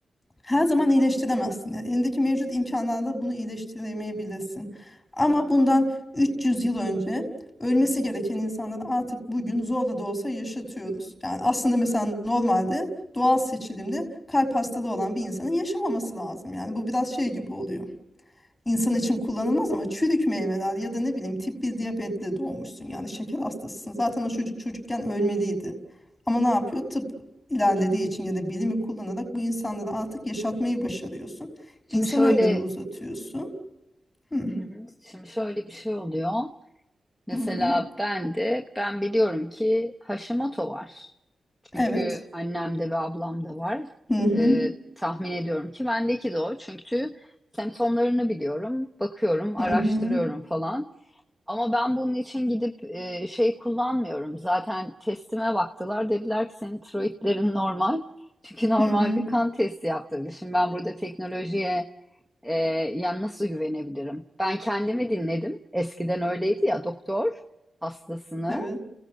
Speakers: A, on the left; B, in the centre.
A: Her zaman iyileştiremezsin. Yani elindeki mevcut imkanlarla bunu iyileştiremeyebilirsin. Ama bundan 300 yıl önce ölmesi gereken insanları artık bugün zorla da olsa yaşatıyoruz. Yani aslında mesela normalde doğal seçilimde kalp hastalığı olan bir insanın yaşamaması lazım. Yani bu biraz şey gibi oluyor insan için kullanılmaz ama çürük meyveler ya da ne bileyim tip bir diyabetle doğmuşsun yani şeker hastasısın. Zaten o çocuk çocukken ölmeliydi. Ama ne yapıyor? Tıp ilerlediği için ya da bilimi kullanarak bu insanları artık yaşatmayı başarıyorsun.
B: Şimdi
A: İnsan
B: şöyle,
A: ömrünü uzatıyorsun. Hı
B: hı hı, şimdi şöyle bir şey oluyor. Mesela
A: hı. hı.
B: ben de ben biliyorum ki Hashimoto var. Çünkü
A: Evet.
B: annemde ve ablamda var.
A: Hı hı.
B: Ee, tahmin ediyorum ki bendeki de o. Çünkü semptomlarını biliyorum, bakıyorum, araştırıyorum
A: Hı hı.
B: falan. Ama ben bunun için gidip e, şey kullanmıyorum. Zaten testime baktılar. Dediler ki senin tiroidlerin normal. <laughs> Çünkü normal
A: Hı hı.
B: bir kan testi yaptırdı. Şimdi ben burada teknolojiye e, yani nasıl güvenebilirim? Ben kendimi dinledim. Eskiden öyleydi ya doktor hastasını
A: Evet.